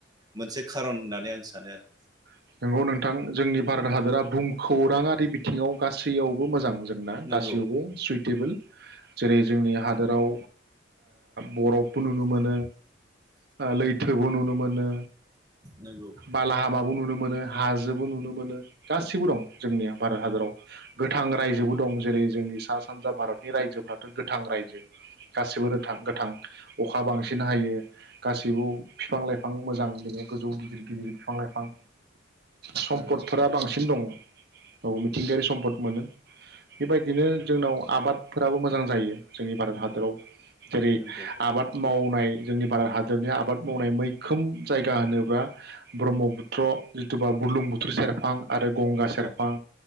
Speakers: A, on the right; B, on the right.
A: मोनसे खारन होननानै आं सानो आरो।
B: नंगौ नोंथां जोंनि भारत हादरा भुमखौराङारि बिथिङाव गासैयाव बो मोजां जोंना
A: नंगौ
B: गासैबो सुइ टेबोल जेरै जोंनि हादोराव बरफबो नुनो मोनो लैथोबो नुनो मोनो,
A: नंगौ
B: बाला हामाबो नुनो मोनो मोनो हाजोबो नुनो मोनो गासिबो दं जोंनि भारत हादराव गोथां राइजोबो दं जेरै जोंनि सा - सानजा भारतनि रायजोफ्राथ' गोथां रायजो गासिबो गोथां गोथां अखा बांसिन हायो। गासैबो बिफां लाइफां मोजां बि गोजौ गिदिर गिदिर बिफां लाइफां सम्पदफोरा
A: नंगौ
B: बांसिन दङ औ मिथिंगायारि सम्पद मोनो बेबायदिनो जोंनाव आबादफोराबो मोजां जायो जोंनि भारत हादराव जेरै
A: नंगौ
B: आबाद मावनाय जोंनि भारत हादरनि आबाद मावनाय मैखोम जायगा होनोब्ला ब्रह्मपुत्र' जिथुबा बुरलुंबुथुर सेरफां आरो गंगा सेरफां
A: औ